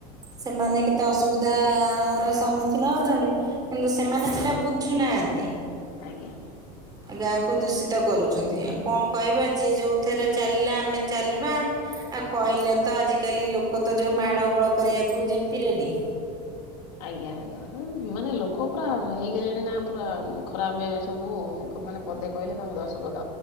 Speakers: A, on the right (about 20°); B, on the left (about 80°).
A: ସେମାନେ କେତେ ଅସୁବିଧା ର ସମ୍ମୁଖୀନ ହଉଛନ୍ତି କିନ୍ତୁ ସେମାନେ ସେଟା ବୁଝୁନାହାଁ ହାଁନ୍ତି।
B: ଆଜ୍ଞା।
A: ଗାଁକୁ ଦୂଷିତ କରୁଛନ୍ତି ଆଉ କଣ କହିବା ଯିଏ ଯୋଉଥିରେ ଚାଲିଲା ଆମେ ଚାଲିବା। ଆଉ କହିଲେ ତ ଆଜିକାଲି ଲୋକ ତ ଯୋଉ ମାଡ ଗୋଳ କରିବାକୁ ଯେମତି ରେଡି।
B: ଆଜ୍ଞା ଆଜ୍ଞା ମାନେ ଲୋକ ପୁରା ହେଇଗଲେଣି ନା ପୁରା ଖରାପ ଏ ସବୁ। ଲୋକମାନେ ପଦେ କହେ ତାଙ୍କୁ ଦଶ ପଦ